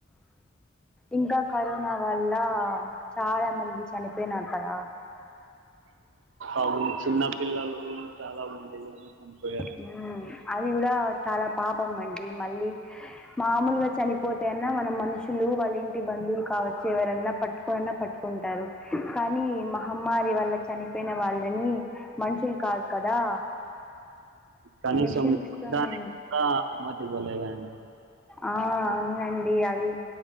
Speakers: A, in the centre; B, on the right (about 70°).
A: ఇంకా కరోనా వల్ల చాలా మంది చనిపోయినారు కదా
B: అవును చిన్న పిల్లలు చాలా మంది చనిపోయారండీ
A: హ్మ్. అది కూడా చాలా పాపం అండి మళ్ళీ మామూలుగా చనిపోతేఅన్నా మన మనుషులు వాళ్ళ ఇంటి బంధువులు కావచ్చు ఎవరన్నా పట్టుకోనన్నా పట్టుకో కుంటారు కానీ మహమ్మారి వల్ల చనిపోయిన వాళ్ళని మనుషులు కాదు కా కదా
B: కనీసం
A: మిషన్స్‌తోనే
B: దానికి కూడా అనుమతి ఇవ్వలేదండి
A: ఆ అవునండి అది